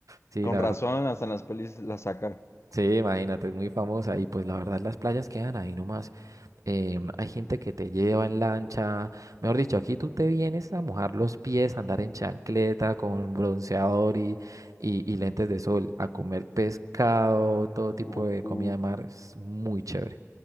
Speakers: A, on the right; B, on the left.
A: Sí,
B: Con
A: la
B: razón,
A: verdad.
B: hasta en las pelis la saca.
A: Sí, imagínate, es muy famosa y pues la verdad las playas quedan ahí nomás. em, hay gente que te lleva en lancha, mejor dicho, aquí tú te vienes a mojar los pies, a andar en chancleta con bronceador y, y, y lentes de sol, a comer pescado, todo tipo
B: Uh,
A: de comida
B: uh.
A: de mar, es muy chévere.